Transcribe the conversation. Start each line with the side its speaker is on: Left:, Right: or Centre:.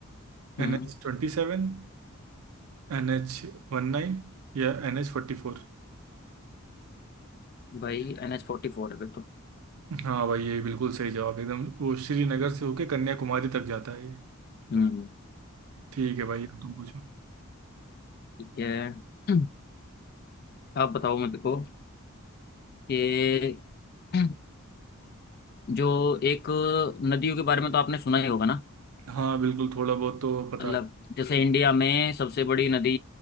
Left: हम्म
Right: एन एच ट्वेंटी सेवन एन एच वन नाइन या एन एच फोर्टी फोर
Left: भाई एन एच फोर्टी फोर है फिर तो
Right: हाँ भाई ये बिल्कुल सही जवाब एकदम वो श्रीनगर से होके कन्याकुमारी तक जाता है ये
Left: हम्म
Right: ठीक है भाई अब तुम पूछो
Left: ठीक है <clears throat> आप बताओ मेरे को कि <clears throat> जो एक नदियों के बारे में तो आपने सुना ही होगा ना
Right: हाँ बिल्कुल थोड़ा बहुत तो पता
Left: मतलब
Right: है।
Left: जैसे इंडिया में सबसे बड़ी नदी